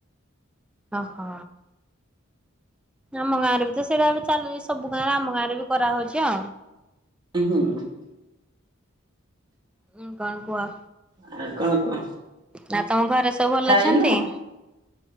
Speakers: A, in the centre; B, on the right.
A: ଓହୋ, ଆମ ଗାଁରେ ବି ତ ସେଇଟା ଏବେ ଚାଲୁଛି। ସବୁ କା <unintelligible> ଆମ ଗାଁରେ ବି କରାହଉଛି ଆ।
B: <unintelligible>
A: ଉଁ, କଣ କୁହ?
B: ଆଉ କଣ କହ
A: ନା ତୋମ ଘରେ ସବୁ ଭଲ
B: ଖାଇନୁ
A: ଅଛନ୍ତି।